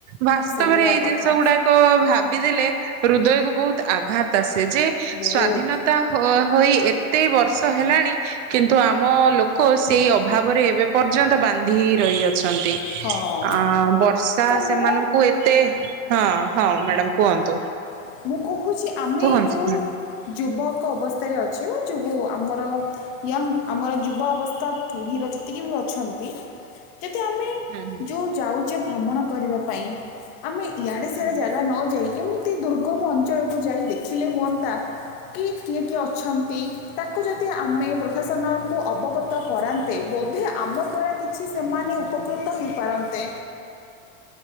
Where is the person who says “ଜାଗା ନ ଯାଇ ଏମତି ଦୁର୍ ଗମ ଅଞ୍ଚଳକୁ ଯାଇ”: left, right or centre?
Left